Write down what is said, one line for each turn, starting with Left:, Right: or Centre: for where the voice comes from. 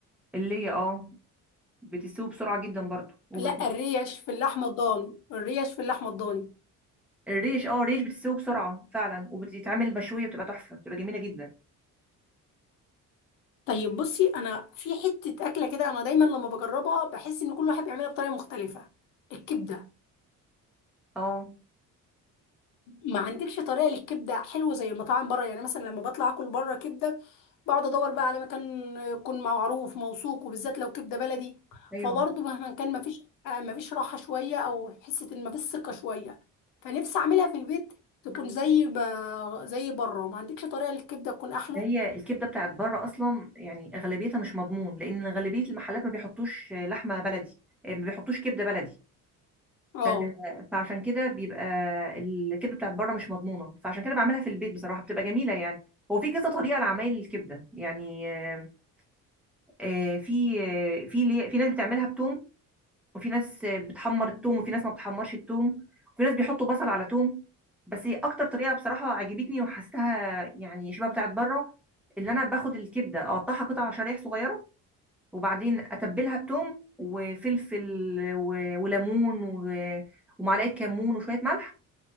Centre: اللي هي اه بتسوي بسرعة جدا برضو وب...
Left: لا الريش في اللحمه الضاني الريش في اللحمه الضاني
Centre: الريش اه الريش بتسوي بسرعة فعلا وبتتعمل مشوية بتبقى تحفة بتبقى جميلة جدا
Left: طيب بصي انا في حته اكله كده انا دايما لما بجربها بحس ان كل واحد بيعملها بطريقه مختلفه الكبده
Centre: اه
Left: ما عندكش طريقه للكبده حلوه زي المطاعم بره يعني مثلا لما بطلع اكل بره كبده بقعد ادور بقى على مكان يكون معروف موثوق وبالذات لو كبده بلدي
Centre: ايوه
Left: فبرضه مهما كان ما فيش ما فيش راحه شويه او حسه ان ما فيش ثقه شويه فنفسي اعملها في البيت تكون زي ب... زي بره ما عندكش طريقه للكبده تكون احلى
Centre: ده هي الكبدة بتاعت بره اصلا يعني اغلبيتها مش مضمون لان غالبية المحلات ما بيحطوش آه، لحمة بلدي آه، ما بيحطوش كبدة بلدي
Left: اه
Centre: ف- فعشان كده بيبقى الكبده بتاعت بره مش مضمونه فعشان كده بعملها في البيت بصراحه بتبقى جميله يعني هو في كذا طريقه لعمايل الكبده يعني آه، آه، في آه، في لي- في ناس بتعملها بتوم وفي ناس آه، بتحمر التوم وفي ناس ما بتحمرش التوم وفي ناس بيحطوا بصل على توم بس هي اكتر طريقه بصراحه عجبتني وحسيتها يعني شبه بتاعت بره اللي انا باخد الكبده اقطعها قطع شرايح صغيره وبعدين اتبلها بتوم وفلفل و... وليمون و... ومعلقه كمون وشويه ملح